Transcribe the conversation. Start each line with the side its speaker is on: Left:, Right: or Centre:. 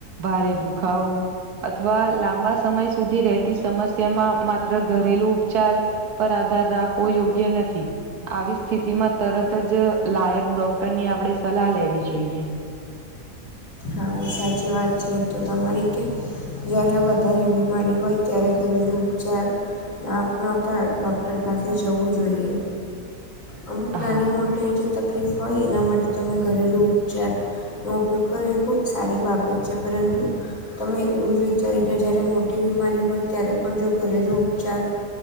Right: ભારે દુખાવ અથવા લાંબા સમય સુધ સુધી રહેતી, સમસ્યામાં માત્ર ઘરેલુ ઉપચાર પર આધાર રાખવો યોગ્ય નથી. આવી સ્થિતિમાં તરત જ લાયક ડોક્ટરની આપણેે સલાહ લેવી જોઈએ.
Left: હા, સાચી વાત છે, જો તમારી કે જ્યારે વધારે બીમારી હોય, ત્યારે ઘરેલુ ઉપચાર આપના આવતા ડૉક્ટર પાસે જવું જોઈએ. અમુક નાને
Right: હા
Left: મોટે જે ત તકલીફ હોય, એના માટે તમે ઘરેલુ ચેપનો ઉપયોગ કરી શકો. સારી બાબત છે, પરંતુ તમે એવું જ વિચારીને, જ્યારે મોટી બીમારી હોય, ત્યારે પણ જો ઘરેલુ ઉપચાર